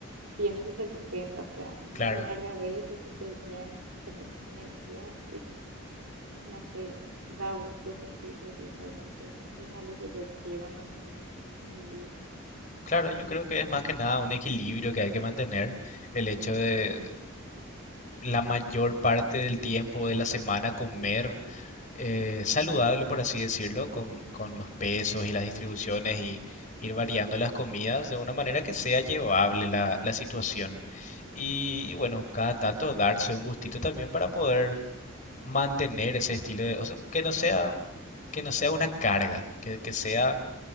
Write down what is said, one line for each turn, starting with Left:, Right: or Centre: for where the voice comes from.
Right: tiene sus recompensas, o sea, uno
Left: claro,
Right: a la larga ve, se siente bien, tenés más energías no sé, da gusto sentirse bien, realmente es, es algo que yo quiero mantener en mi vida,
Left: claro, yo creo que es más que nada un equilibrio que hay que mantener, el hecho de la mayor parte del tiempo de la semana comer eh, saludable, por así decirlo, con, con los pesos y las distribuciones y ir variando las comidas de una manera que sea llevable la, la situación. Y, y bueno, cada tanto darse un gustito también para poder mantener ese estilo de, o sea, que no sea que no sea una carga, que, que sea